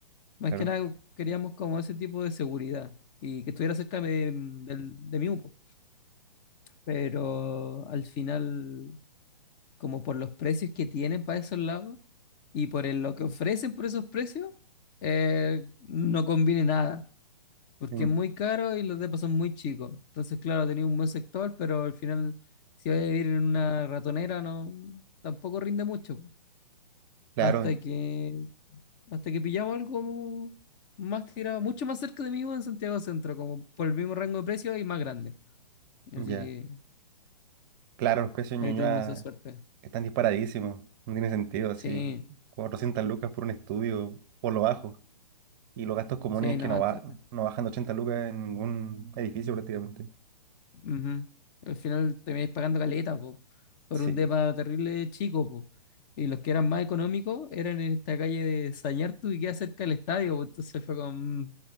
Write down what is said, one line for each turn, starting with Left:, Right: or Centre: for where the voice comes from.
Left: Más
Right: claro.
Left: que nada queríamos como ese tipo de seguridad y que estuviera cerca de, del- de mi UPO. Pero al final, como por los precios que tienen para esos lados y por el- lo que ofrecen por esos precios, eh, no conviene nada, porque
Right: Mm,
Left: es muy caro y los depas son muy chicos. Entonces, claro, tenía un buen sector, pero al final, si vas a vivir en una ratonera, no, tampoco rinde mucho.
Right: Claro,
Left: Hasta que Hasta que pillaba algo como más tirado, mucho más cerca de mí en Santiago Centro, como por el mismo rango de precio y más grande. Así
Right: ya.
Left: que
Right: Claro, los precios
Left: ahí
Right: de Ñuñoa
Left: tuvimos esa suerte.
Right: están disparadísimos. No tiene sentido, así.
Left: Sí,
Right: 400 lucas por un estudio, por lo bajo. Y los gastos comunes
Left: sí,
Right: que
Left: no.
Right: no, va,
Left: te-
Right: no bajan de 80 lucas en ningún edificio prácticamente.
Left: ujú. Al final termináis pagando caleta, po, por
Right: Sí.
Left: un depa terrible chico, po. Y los que eran más económicos eran en esta calle de Sañartu y queda cerca del estadio, po. Entonces fue con,